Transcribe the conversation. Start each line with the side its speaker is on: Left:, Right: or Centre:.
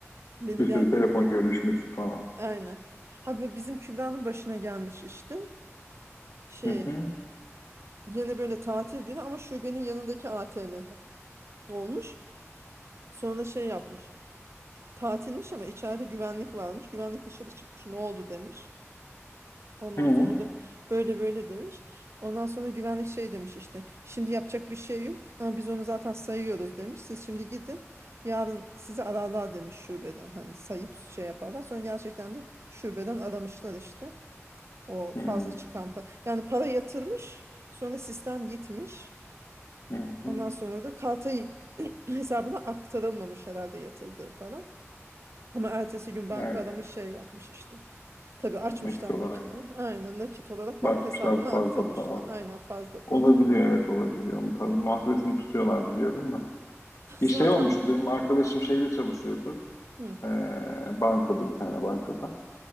Right: Benim
Left: Bir
Right: bir
Left: sürü
Right: arkadaşım
Left: telefon görüşmesi falan.
Right: aynen. Ha bu bizim Kübra'nın başına gelmiş işte. Şey
Left: Hı hı.
Right: yine böyle tatil günü ama şubenin yanındaki ATM'de olmuş. Sonra şey yapmış. Tatilmiş ama içeride güvenlik varmış. Güvenlik dışarı çıkmış. Ne oldu demiş. Ondan
Left: Hı hı.
Right: sonra o da böyle böyle demiş. Ondan sonra güvenlik şey demiş işte. Şimdi yapacak bir şey yok ama biz onu zaten sayıyoruz demiş. Siz şimdi gidin. Yarın sizi ararlar demiş şubeden. Hani sayıp şey yaparlar. Sonra gerçekten de şubeden aramışlar işte. O fazla
Left: Hı
Right: çıkan para. Yani para yatırmış. Sonra sistem gitmiş.
Left: hı.
Right: Ondan sonra da karta <clears throat> hesabına aktarılmamış herhalde yatırdığı para. Ama ertesi gün banka
Left: Evet,
Right: aramış şey yapmış işte. Tabii açmışlar
Left: nakit olarak
Right: makineyi.
Left: da
Right: Aynen nakit olarak
Left: bakmışlar
Right: ba- hesabına
Left: fazla
Right: aktarmışlar.
Left: para.
Right: Aynen fazla
Left: Olabiliyor
Right: para.
Left: evet olabiliyor. Onun tabii
Right: Yani
Left: muhasebesini tutuyorlar biliyorum da.
Right: <laughs>
Left: Bir
Right: zaten
Left: şey olmuştu benim arkadaşım şeyde çalışıyordu.
Right: hı.
Left: Ee, bankada bir tane bankada.